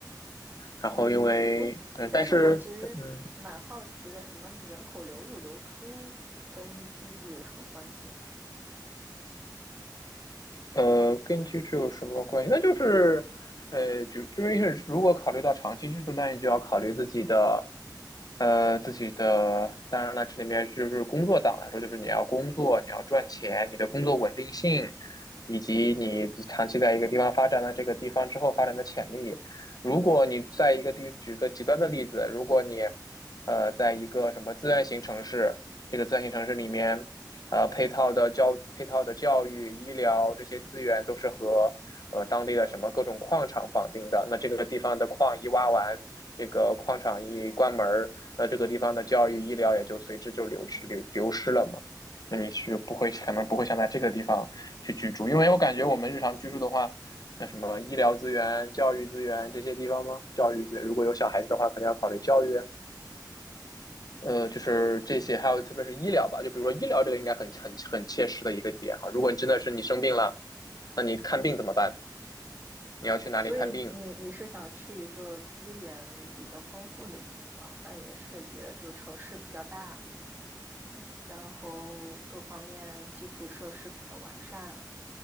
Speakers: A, on the left; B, on the right.
A: 然后因为嗯，
B: 嗯，哎，但是我其实蛮好奇的，
A: 但是嗯，
B: 什么人口流入流出跟居住有什么关系呢？
A: 呃，跟居住有什么关系？那就是，呃，就就是如果考虑到长期居住，那你就要考虑自己的，呃，自己的。当然了，这里面就是工作党来说，就是你要工作，你要赚钱，你的工作稳定性，以及你长期在一个地方发展的这个地方之后发展的潜力。如果你在一个地，举个极端的例子，如果你，呃，在一个什么资源型城市，这个资源型城市里面。呃配套的教配套的教育、医疗这些资源都是和呃当地的什么各种矿场绑定的。那这个地方的矿一挖完，这个矿场一关门那这个地方的教育、医疗也就随之就流去流流失了嘛。那你去不会可能不会想在这个地方去居住，因为我感觉我们日常居住的话，那什么医疗资源、教育资源这些地方吗？教育资源如果有小孩子的话，可能要考虑教育。呃，就是这些，
B: 嗯。
A: 还有特别是医疗吧，就比如说医疗这个应该很很很切实的一个点哈。如果你真的是你生病了，那你看病怎么办？你要去哪里看病？
B: 所以你你是想去一个资源比较丰富的地方，那也是也就是城市比较大，然后各方面基础设施比较完善